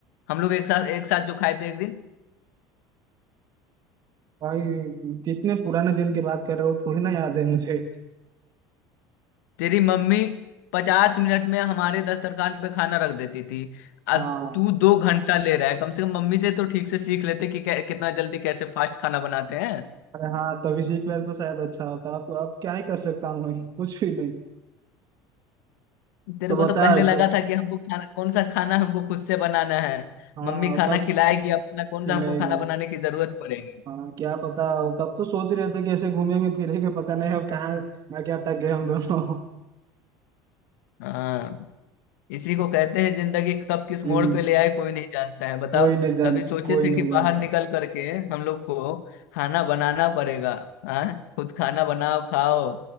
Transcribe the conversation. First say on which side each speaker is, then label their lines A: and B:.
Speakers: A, on the left (about 90°); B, on the right (about 45°).
A: हम लोग एक साथ एक साथ जो खाए थे एक दिन
B: भाई कितने पुराने दिन की बात कर रहे हो थोड़ी ना याद है मुझे
A: तेरी मम्मी पचास मिनट में हमारे दस्तरखान पे खाना रख देती थी आ,
B: हाँ
A: तू दो घंटा ले रहा है कम से कम मम्मी से तो ठीक से सीख लेते कि कै, कितना जल्दी कैसे फास्ट खाना बनाते हैं
B: अरे हाँ तभी सीख लेते तो शायद अच्छा होता आप आप क्या ही कर सकता हूँ मैं कुछ भी नहीं
A: तेरे
B: तो
A: को
B: बता
A: तो पहले
B: जो
A: लगा था कि हमको खाना कौन सा खाना हमको खुद से बनाना है
B: हाँ
A: मम्मी खाना
B: तब
A: खिलाएगी अपना कौन
B: खिलाएगी
A: सा हमको खाना बनाने की जरूरत पड़ेगी
B: हाँ क्या पता तब तो सोच रहे थे कि ऐसे घूमेंगे फिरेंगे पता नहीं अब कहाँ ना क्या अटक गए हम दोनों
A: हाँ इसी को कहते हैं जिंदगी कब किस
B: जिन
A: मोड़ पे ले आए कोई नहीं जानता है बताओ
B: कोई नहीं जानता
A: कभी सोचे
B: कोई
A: थे
B: नहीं
A: कि
B: जानता
A: बाहर निकल करके हम लोग को खाना बनाना पड़ेगा हाँ खुद खाना बनाओ खाओ